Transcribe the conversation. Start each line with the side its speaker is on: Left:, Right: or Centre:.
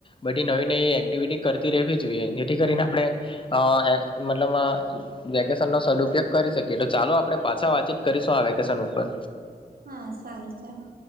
Left: બધી નવી નવી એક્ટિવિટી કરતી રહેવી જોઈએ જેથી કરીને આપણે અ એ મતલબમાં વેકેશનનો સદુપયોગ કરી શકીએ તો ચાલો આપણે પાછા વાતચીત કરીશું આ વેકેશન ઉપર
Right: હા સારું ચાલો.